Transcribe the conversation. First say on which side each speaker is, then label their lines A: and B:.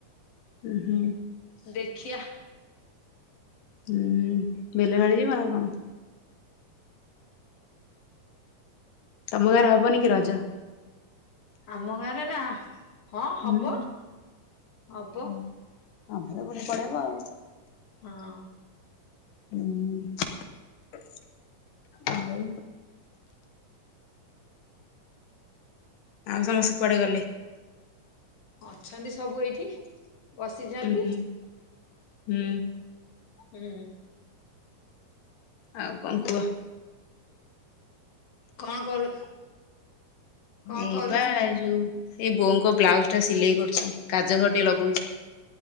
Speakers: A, on the left; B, on the left.
A: ଉଁ- ହୁଁ।
B: ଦେଖିଆ।
A: ହୁଁ <unintelligible> ଯିବ ନା କଣ? ତମ ଗାଁରେ ହବନି କି ରଜ?
B: ଆମ ଗାଁରେ ନା। ହଁ ହବ
A: ହୁଁ
B: ହବ
A: ହଁ ଆମର ବୁଲି ପଳେଇବ ଆଉ।
B: ହଁ।
A: ହୁଁ ଆଉ ଆଉ ସମସ୍ତେ କୁଆଡେ ଗଲେ?
B: ଅଛନ୍ତି ସବୁ ଏଇଠି। ବସିଛନ୍ତି
A: ଉଁ- ହୁଁ- ହୁଁ।
B: ହୁଁ।
A: ଆଉ କଣ୍ କୁହ?
B: କଣ୍ କରୁ? କଣ
A: ଏଇପା
B: କରୁଛୁ
A: ଯଉ ଏଇ ବୋଉଙ୍କ ବ୍ଲାଉଜ୍ ଟା ସିଲେଇ କରୁଚି କାଜ ଘର ଟିକେ ଲଗଉଚି।